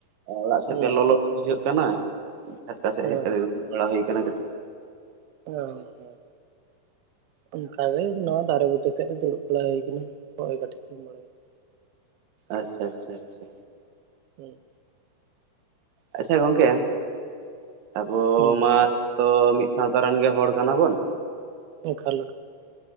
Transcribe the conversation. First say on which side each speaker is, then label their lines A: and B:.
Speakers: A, on the right (about 85°); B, on the right (about 70°).
A: ᱚᱲᱟᱜ ᱥᱮᱫ
B: ᱦᱩᱭᱩᱜ
A: ᱯᱮ ᱞᱚᱞᱚ ᱜᱮ ᱵᱩᱡᱷᱟᱹᱜ ᱠᱟᱱᱟ ᱪᱷᱟᱴᱠᱟ ᱥᱮᱫ
B: ᱠᱟᱱᱟ
A: ᱦᱮᱡ ᱠᱟᱛᱮ ᱫᱩᱲᱩᱵ ᱵᱟᱲᱟ ᱦᱩᱭᱠᱟᱴᱤᱡ
B: ᱚ ᱦᱚᱸ ᱚᱱᱠᱟᱜᱮ ᱱᱚᱣᱟ ᱫᱟᱨᱮ ᱵᱩᱴᱟᱹ ᱥᱮᱫ ᱨᱮ ᱫᱩᱲᱩᱵ ᱵᱟᱲᱟ ᱦᱩᱭ ᱟᱠᱟᱱᱟ ᱦᱳᱭ ᱠᱟᱹᱴᱤᱡ ᱠᱷᱚᱱ ᱢᱟᱲᱟᱝ ᱨᱮ
A: ᱟᱪᱪᱷᱟ ᱟᱪᱪᱷᱟ ᱟᱪᱪᱷᱟ
B: ᱦᱮᱸ
A: ᱟᱪᱪᱷᱟ ᱜᱚᱝᱠᱮ ᱟᱵᱚ
B: ᱦᱩᱸ ᱦᱩᱸ
A: ᱢᱟ ᱛᱚ ᱢᱤᱫ ᱥᱟᱶᱛᱟ ᱨᱮᱱ ᱜᱮ ᱦᱚᱲ ᱠᱟᱱᱟᱵᱚᱱ
B: ᱦᱸ ᱮᱠᱷᱟᱞ